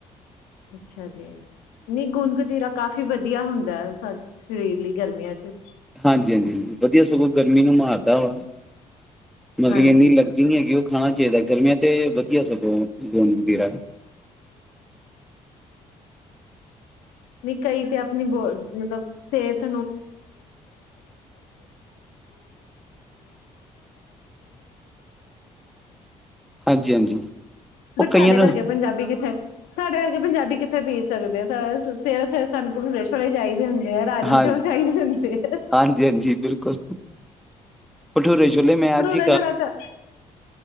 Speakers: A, on the left (about 80°); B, in the centre.
A: ਅੱਛਾ ਜੀ ਨਹੀਂ ਗੁੰਦਕਤੀਰਾ ਤਾ ਕਾਫੀ ਵਧੀਆ ਹੁੰਦਾ ਸਾ ਸਰੀਰ ਲਈ ਗਰਮੀਆਂ ਚ
B: ਹਾਂਜੀ ਹਾਂਜੀ ਵਧੀਆ ਸਗੋਂ ਗਰਮੀ ਨੂੰ ਮਾਰਦਾ ਵਾ ਮਤਲਬ
A: ਹਾਂਜੀ
B: ਕਿ ਇੰਨੀ ਲੱਗਦੀ ਨੀ ਹੈਗੀ ਉਹ ਖਾਣਾ ਚਾਹੀਦਾ ਗਰਮੀਆਂ ਤੇ ਵਧੀਆ ਸਗੋਂ ਗੋਂਦਕਤੀਰਾ
A: ਨਹੀ ਕਈ ਤੇ ਆਪਣੀ ਬੋਲ ਮਤਲਬ ਸਿਹਤ
B: ਹਾਂਜੀ ਹਾਂਜੀ ਉਹ
A: ਬਟ ਸਾਡੇ
B: ਕਈਆਂ
A: ਵਰਗੇ ਪੰਜਾਬੀ ਕਿੱਥੇ ਸਾਡੇ ਵਰਗੇ ਪੰਜਾਬੀ ਕਿੱਥੇ ਬੀਜ ਸਕਦੇ ਬੀਜ ਸਕਦੇ ਸਰ ਸਵੇਰੇ ਸਵੇਰੇ ਸਾਨੂੰ ਭਟੂਰੇ ਛੋਲੇ ਚਾਹੀਦੇ ਹੁੰਦੇ ਆ ਰਾਜਮਾਂ
B: ਹਾਂਜੀ
A: ਚੌਲ ਚਾਹੀਦੇ ਹੁੰਦੇ ਆ
B: ਹਾਂਜੀ ਬਿਲਕੁਲ ਭਟੂਰੇ ਛੋਲੇ ਮੈ
A: ਭਟੂਰੇ
B: ਅੱਜ
A: ਛੋਲੇ ਤਾਂ